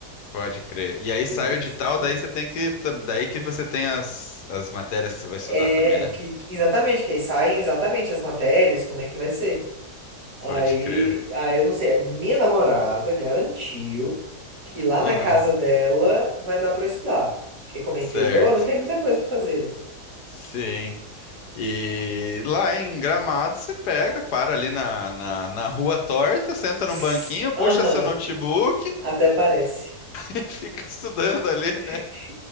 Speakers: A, on the left; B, on the right.
A: Pode crer. E aí sai
B: Deveria
A: o edital,
B: estar estudando.
A: daí você tem que, daí que você tem as, as matérias que você vai estudar
B: É,
A: também, né?
B: que, que- exatamente, que aí saem exatamente as matérias, como é que vai ser. Aí,
A: Pode crer.
B: aí eu não sei, a minha namorada garantiu que lá na
A: Ah,
B: casa dela vai dar pra estudar. Porque como é
A: certo.
B: interior, não tem muita coisa pra fazer, né? <laughs>
A: Sim. E lá em Gramado você pega, para ali na, na, na rua torta, senta
B: Tss,
A: num banquinho, puxa
B: Aham,
A: seu notebook <laughs>
B: até parece.
A: e fica estudando ali, né?
B: <laughs>